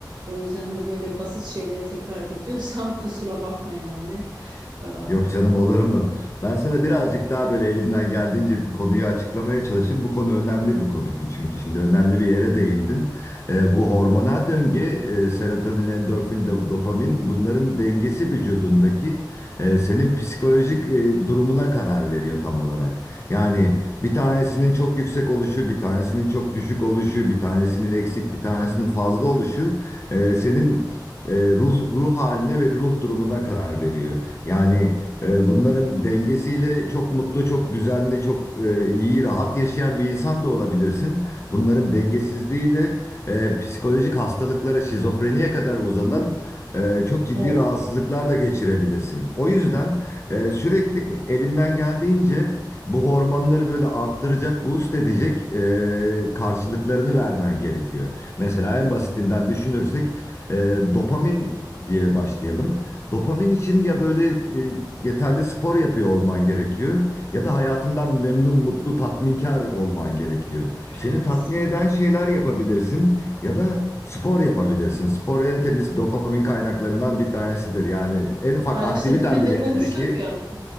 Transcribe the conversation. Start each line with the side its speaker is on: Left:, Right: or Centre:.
Right: O yüzden hani böyle basit şeyleri tekrar ediyorsam <laughs> kusura bakma yani. Ee,
Left: Yok canım olur mu? Ben sana birazcık daha böyle elimden geldiğince bu konuyu açıklamaya çalışayım. Bu konu önemli bir konu ki, çünkü şimdi önemli bir yere değindin. Ee, bu hormonal döngü, e, serotonin, endorfin, do- dopamin bunların dengesi vücudundaki e, senin psikolojik e, durumuna karar veriyor tam olarak. Yani bir tanesinin çok yüksek oluşu, bir tanesinin çok düşük oluşu, bir tanesinin eksik, bir tanesinin fazla oluşu e, senin e, ruh ruh haline ve ruh durumuna karar veriyor. Yani ee, bunların dengesiyle çok mutlu, çok düzenli, çok e, iyi, rahat yaşayan bir insan da olabilirsin. Bunların dengesizliğiyle e, psikolojik hastalıklara, şizofreniye kadar uzanan e, çok ciddi
Right: o
Left: rahatsızlıklar da geçirebilirsin. O yüzden e, sürekli elinden geldiğince bu hormonları böyle arttıracak, boost edecek e, karşılıklarını vermen gerekiyor. Mesela en basitinden düşünürsek e, dopamin diye başlayalım. Dopamin için ya böyle e, yeterli spor yapıyor olman gerekiyor ya da hayatından memnun, mutlu, tatminkar olman gerekiyor.
Right: evet.
Left: Seni tatmin eden şeyler yapabilirsin ya da spor yapabilirsin. Spor en temiz dopamin kaynaklarından bir tanesidir. Yani en ufak
Right: Ya
Left: aktiviten
Right: işte demin
Left: bile
Right: de konuştuk
Left: evdeki...
Right: ya